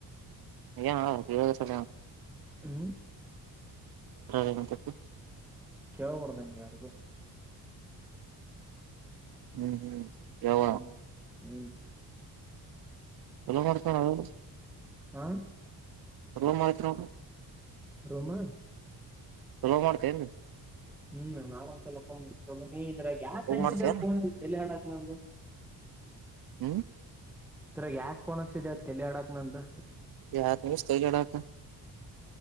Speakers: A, on the right; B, in the centre.
A: ಯ <unintelligible> ಹೇಳಿದರ
B: ಹ್ಮ್
A: ಏನ್ ತಪ್ಪು
B: ಕೇಳಬಾರದು ಅಂಗ ಯಾರಿಗೂ
A: ಹ್ಮ್ ಹ್ಮ್ ಯಾವ
B: ಹ್ಮ್ ಹ್ಮ್
A: ಎಲ್ಲ ಮಾಡಕ <unintelligible>
B: ಹಾ <unintelligible>
A: ರೂಮ್ ಮಾಡ್ತಾರ
B: ರೂಮಾ
A: ಯಾವಾಗ ಮಾಡ್ತೇನು
B: ಹ್ಮ್ ಮಾಡಬೇಕು ಅಲ್ಲ ಪಾ ನೀ ಇದ್ರ ಯಾಕ
A: ಚಲೋ
B: ಹಚ್ಚಿದ್ರೋ
A: ಮಾಡ್ತೇನ್
B: ಪೋನ್ ತಲಿ ಹಡಕ್ ಏನ್ ಅದು
A: ಹ್ಮ್
B: ತರ ಯಾಕೆ ಫೋನ್ ಹಚ್ಚಿದೆ ತಲಿ ಹಡಕ್ ನಂದು
A: ಯಾಕ ಇಷ್ಟ ತಲಿ ಹಡಕ್